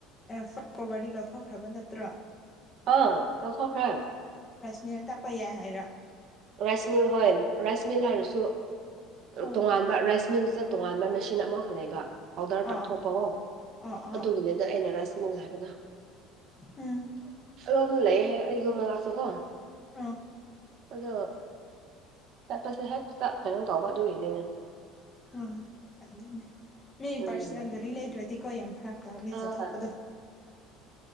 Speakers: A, on the left (about 15°); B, on the right (about 40°).
A: ꯐꯥ ꯀꯣꯚꯔꯗꯤ ꯂꯧꯊꯣꯛꯈ꯭ꯔꯕ ꯅꯠꯇ꯭ꯔꯣ
B: ꯑꯥ ꯀꯁꯣꯈ꯭ꯔꯦ
A: ꯃꯤꯅ ꯇꯥꯛꯄ ꯌꯥꯏ ꯍꯥꯏꯔꯣ
B: ꯔꯥꯏꯁ ꯃꯤꯜ ꯍꯣꯏ ꯔꯥꯏꯁ ꯃꯤꯜ ꯍꯥꯏꯔꯁꯨ
A: ꯑꯥ
B: ꯇꯣꯉꯥꯟꯕ ꯔꯥꯏꯁ ꯃꯤꯜꯁ ꯇꯣꯉꯥꯟꯕ ꯃꯦꯁꯤꯟ ꯑꯃꯈꯛ ꯂꯩꯕ ꯄꯥꯎꯗꯔ
A: ꯑꯥ
B: ꯇꯥꯛꯊꯣꯛꯄꯀꯣ
A: ꯑꯥ ꯑꯥ
B: ꯑꯗꯨꯒꯤꯅꯤꯗ ꯑꯩꯅ ꯔꯥꯏꯁꯤꯅꯁ ꯍꯥꯏꯕꯗ
A: ꯎꯝ
B: ꯔꯣꯝꯗ ꯂꯩꯍꯦ ꯑꯩ ꯌꯣꯝꯃ ꯂꯥꯛꯁꯨꯣ ꯀꯣ
A: ꯑꯥ
B: ꯑꯗꯣ ꯆꯠꯄꯁꯦ ꯍꯦ ꯀꯩꯅꯣ ꯇꯧꯕ ꯑꯗꯨꯒꯤꯅꯤꯅꯦ
A: ꯎꯝ ꯑꯗꯨꯅꯦ ꯃꯤ
B: ꯎꯝ
A: ꯄꯥꯔꯁꯣꯅꯦꯜ ꯒꯥꯔꯤ ꯂꯩꯇ꯭ꯔꯗꯤꯀꯣ ꯌꯥꯝ ꯐꯔꯛ ꯀꯥꯅꯦ
B: ꯑꯥ
A: ꯆꯠꯊꯣꯛꯄꯗꯣ